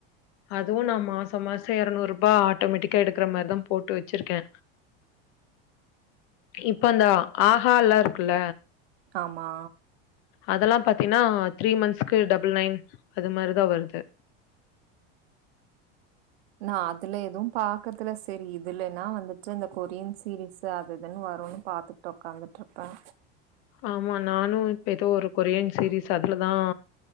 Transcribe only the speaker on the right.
ஆமா
நான் அதுல எதுவும் பாக்கறதுல சரி இதுலன்னா வந்துட்டு இந்த கொரியன் சீரிஸ் அதுஇதுனு வருனு பாத்த உக்காந்துட்டுருக்கேன்